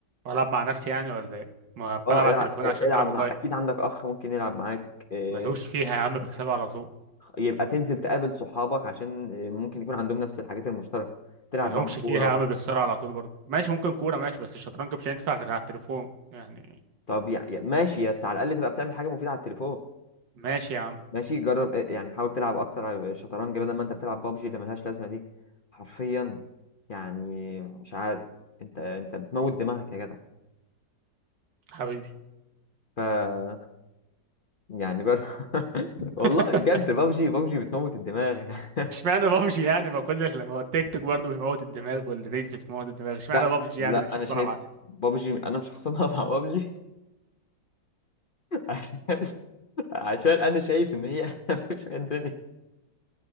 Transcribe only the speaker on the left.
اه
العب
العب
مع اكيد عندك اخ ممكن يلعب معاك اه،
يبقى تنزل تقابل صحابك عشان اه، ممكن يكون عندهم نفس الحاجات المشتركه تلعب
معاهم كوره
طب يعني ماشي بس على الاقل تبقى بتعمل حاجه مفيده على التليفون
ماشي جرب إيه، يعني حاول تلعب اكتر على شطرنج بدل ما انت بتلعب بابجي اللي ملهاش لازمه دي حرفيا يعني مش عارف انت انت بتموت دماغك يا جدع
ف يعني جرب <laughs>
والله بجد بابجي بابجي بتموت الدماغ <laughs>
لا
لا
انا شايف
بابجي انا مش خصمها مع بابجي <laughs> عشان عشان انا شايف ان هي <laughs> مفيش غير الدنيا